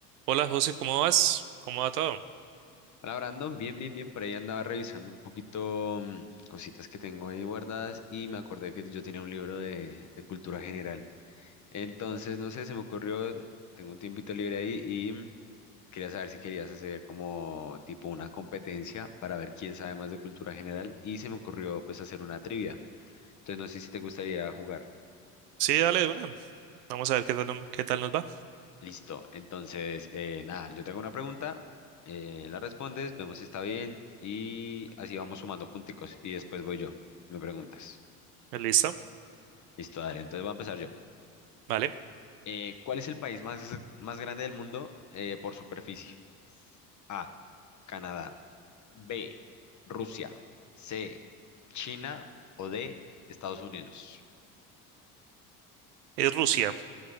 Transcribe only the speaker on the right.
Hola José, ¿cómo vas? ¿Cómo va todo?
Sí, dale de una. Vamos a ver qué tal, no- qué tal nos va.
¿Listo?
Vale.
Es Rusia.